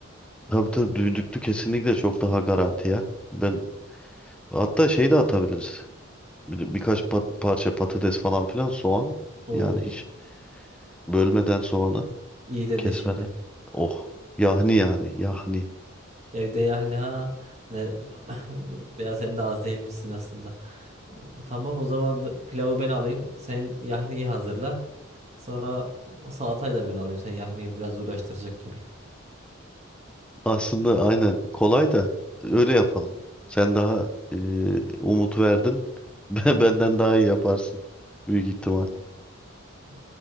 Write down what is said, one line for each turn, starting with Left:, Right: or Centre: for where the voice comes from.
Centre: Tabii tabii düdüklü kesinlikle çok daha garanti ya. Ben hatta şey de atabiliriz. Bir, birkaç pat- parça patates falan filan soğan.
Right: Oo
Centre: Yani
Right: iyi,
Centre: hiç bölmeden soğanı
Right: iyi dedin
Centre: kesmeden.
Right: şimdi.
Centre: Oh yahni yani yahni.
Right: Evde yani ha ne <laughs> veya sen de az değilmişsin aslında. O- Tamam o zaman b- pilavı ben alayım. Sen yahniyi hazırla. Sonra o salatayı da ben alayım. Sen yahniyi biraz uğraştıracak gibi.
Centre: Aslında aynen kolay da öyle yapalım. Sen daha e, umut verdin. <laughs> Ben- Benden daha iyi yaparsın büyük ihtimal.
Right: O,